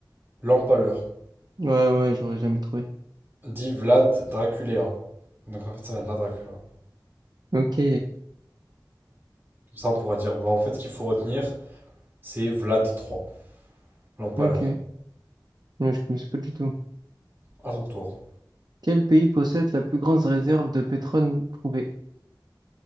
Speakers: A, on the right; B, on the right.
A: l'empaleur.
B: Ouais, ouais, ouais, j'aurais jamais trouvé.
A: Dit Vlad Dracula. Donc en fait, ça vient de là, Dracula.
B: Ok,
A: Comme ça, on pourra dire, bah, en fait, ce qu'il faut retenir, c'est Vlad trois. l'empaleur.
B: ok. Ouais, je connaissais pas du tout.
A: À ton tour.
B: Quel pays possède la plus grande réserve de pétrole prouvée?